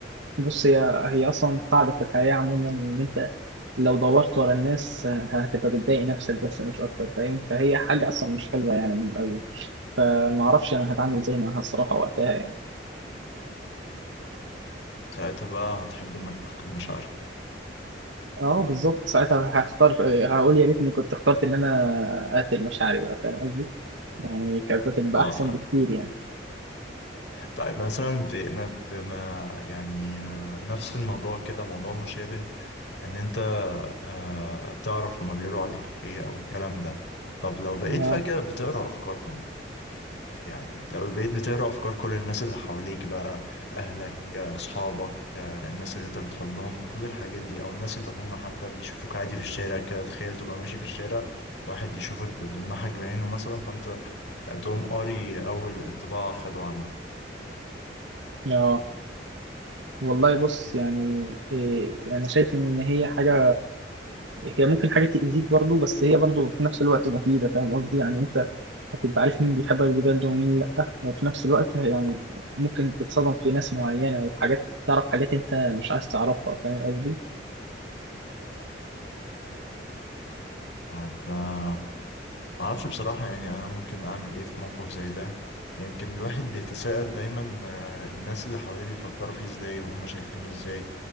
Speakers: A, on the right (about 85°); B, on the left (about 75°).
A: بص هي هي اصلا قاعده في الحياه عموما ان انت لو دورت ورا الناس آه، هتبقى بتضايق نفسك بس مش اكتر فاهم فهي حاجه اصلا مش حلوه يعني من الاول فما اعرفش انا هتعامل زي معاها الصراحه وقتها يعني
B: ساعتها بقى هتحب انك تفقد مشاعرك
A: اه بالظبط ساعتها هختار هقول يا ريتني كنت اخترت ان انا اقتل مشاعري بقى فاهم قصدي يعني كانت هتبقى
B: اه
A: احسن بكتير يعني
B: طيب مثلا بن- بما يعني آه، نفس الموضوع كده موضوع مشابه ان انت آه، تعرف هما بيقولوا عليك ايه او الكلام ده طب لو بقيت
A: اه
B: فجأة بتقرأ افكارهم يعني لو بقيت بتقرأ افكار كل الناس اللي حواليك بقى اهلك آه، اصحابك آه، الناس اللي انت بتحبهم كل الحاجات دي او الناس اللي هم حتى بيشوفوك عادي في الشارع كده تخيل تبقى ماشي في الشارع واحد يشوفك بيلمحك بعينه مثلا فانت تقوم قاري اول انطباع خده عنك
A: اه والله بص يعني إيه يعني شايف ان هي حاجه هي ممكن حاجه تاذيك برضو بس هي برضو في نفس الوقت مفيده فاهم قصدي يعني انت هتبقى عارف مين بيحبك بجد ومين لا وفي نفس الوقت يعني ممكن تتصدم في ناس معينه وحاجات تعرف حاجات انت مش عايز تعرفها فاهم قصدي
B: طيب آه، ما اعرفش بصراحة يعني انا ممكن اعمل ايه في موقف زي ده يمكن الواحد بيتساءل دايما آه، الناس اللي حواليه بيفكروا فيه ازاي وهم شايفينه ازاي